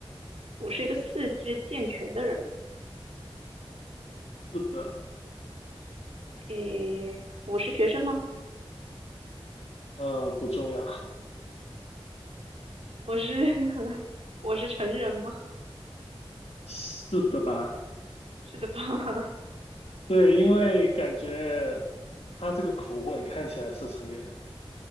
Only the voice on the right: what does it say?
我是一个四肢健全的人吗？
诶，我是学生吗？
我是 <laughs> 我是成人吗？
是的吧？<laughs>